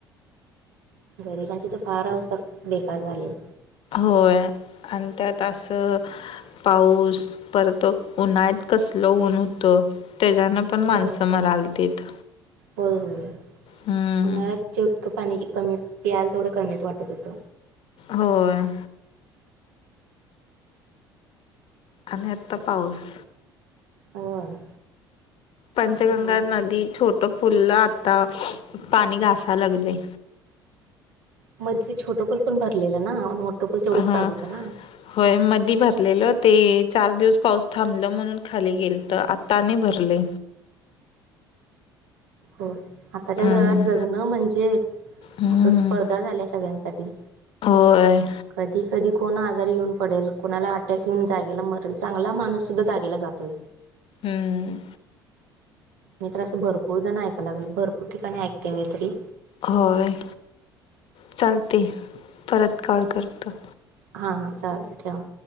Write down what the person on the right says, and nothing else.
गरिबांची तर फार अवस्था बेकार झालीये.
होय.
होय होय.
उन्हाळ जितक पाणी कमी पियायला तेवढं कमीच वाटत होत.
होय.
हो
मध्ये ते छोटं पूल पण भरलेलं ना मोठं पूल तेवढंच
चालू होतं ना.
हो आताच्या
जगात जगणं म्हणजे.
असं स्पर्धा झाल्या सगळ्यांसाठी.
कधी कधी कोण आजारी येऊन पडेल. कोणाला अटॅक येेऊन जागेला मरेल चांगला माणूस सुद्धा जागेला जातोय.
मी तर असे भरपूर जण ऐकाय लागलोय. भरपूर ठिकाणी ऐकते मी तरी
हा हा चालते ठेवा.